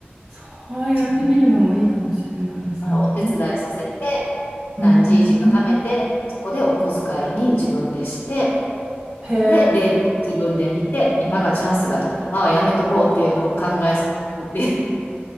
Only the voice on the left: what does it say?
そんなからお手伝いさせて、
何十時か貯めて、そこでお小遣いに自分でして、
で、レートも自分で見て、今がチャンスだとか、今はやめとこうっていうのを考えさせるっていう、